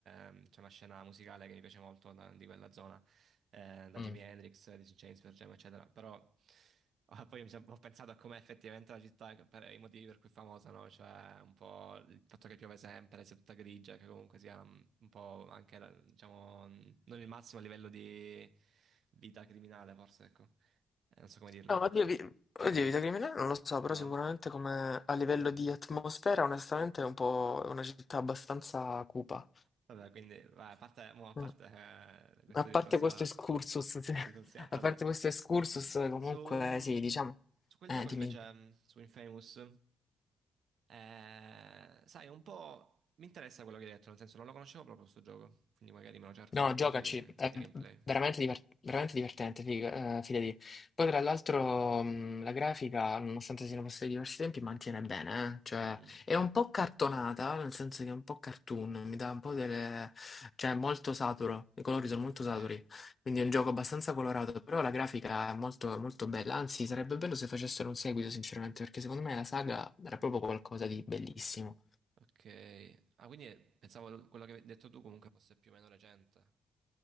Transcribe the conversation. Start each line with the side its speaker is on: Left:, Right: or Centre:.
Right: ehm, c'è una scena musicale che mi piace molto da- di quella zona, eh, da
Left: Mm.
Right: Jimi Hendrix, di James Jam, eccetera, però <laughs> ah, poi mi sono- ho pensato a com'è effettivamente la città, per i motivi per cui è famosa, no? Cioè, un po' il fatto che piove sempre, sia tutta grigia, che comunque sia mm, un po' anche, la- diciamo, mm, non il massimo livello di vita criminale, forse, ecco, Eh, non so come dirlo,
Left: No, oddio, vi- oddio,
Right: però,
Left: Vita Criminale non lo so, però
Right: no?
Left: sicuramente come a livello
Right: Sì.
Left: di atmosfera, onestamente è un po' è una città abbastanza cupa.
Right: Vabbè, quindi va, a parte, mo, a
Left: Mm.
Right: parte, eh, questo
Left: A parte
Right: discorso
Left: questo excursus, <laughs> sì.
Right: di South Seattle,
Left: A parte questo excursus, comunque
Right: su,
Left: sì, diciamo...
Right: su quel
Left: Eh,
Right: gioco
Left: dimmi.
Right: invece, mh, su Infamous, eh, sai, un po' mi interessa quello che hai detto, nel senso non lo conoscevo proprio questo gioco, quindi magari me lo cerco,
Left: No,
Right: cerco
Left: giocaci,
Right: un po' di,
Left: è
Right: di gameplay.
Left: veramente, diver- veramente divertente, figa- eh, fidati. Poi tra l'altro mh, la grafica, nonostante siano passati diversi tempi, mantiene bene, eh. Cioè
Right: Mm,
Left: è un po' cartonata, nel senso che è un po' cartoon, mi dà un po' delle... cioè è molto saturo, i colori sono molto
Right: ok,
Left: saturi, quindi è un gioco abbastanza colorato, però la grafica è molto, molto bella, anzi sarebbe bello se facessero un seguito sinceramente, perché secondo me la saga era proprio qualcosa di bellissimo.
Right: ok. Ah, quindi pensavo l- quello che hai detto tu comunque fosse più o meno recente,